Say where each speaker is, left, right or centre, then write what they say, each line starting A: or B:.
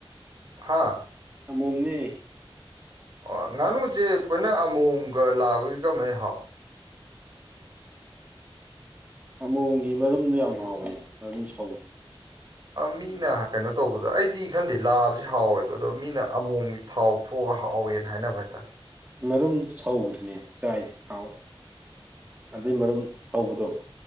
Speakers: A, on the right (about 45°); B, on the right (about 15°).
A: ꯍꯥꯥ
B: ꯁꯃꯣꯝꯅꯤ
A: ꯑꯣ ꯉꯥꯅꯨꯁꯦ ꯄꯨꯅ ꯑꯃꯣꯝꯒ ꯂꯥꯛꯕꯒꯤ ꯀꯃꯥꯏꯅ ꯍꯥꯎꯏ
B: ꯑꯃꯣꯝꯒꯤ ꯃꯔꯨꯝꯗꯨꯣ ꯌꯥꯝ ꯍꯥꯎꯕꯅꯤ ꯃꯔꯨꯝ ꯁꯧꯗꯣ
A: ꯃꯤꯅ ꯀꯩꯅꯣ ꯇꯧꯕꯗ ꯑꯩꯗꯤ ꯈꯟꯗꯦ ꯂꯥꯕꯁꯤ ꯍꯥꯎꯋꯦꯕ ꯑꯗꯣ ꯃꯤꯅ ꯑꯃꯣꯝꯒꯤ ꯊꯥꯎ ꯊꯣꯛꯑꯒ ꯍꯥꯎꯋꯦꯅ ꯍꯥꯏꯅꯕ ꯍꯥꯏꯇꯥꯔꯦ
B: ꯃꯔꯨꯝ ꯁꯧꯕꯗꯨꯅꯤ ꯆꯥꯏ ꯍꯥꯎꯋꯦ ꯑꯗꯨꯏ ꯃꯔꯨꯝ ꯁꯧꯕꯗꯣ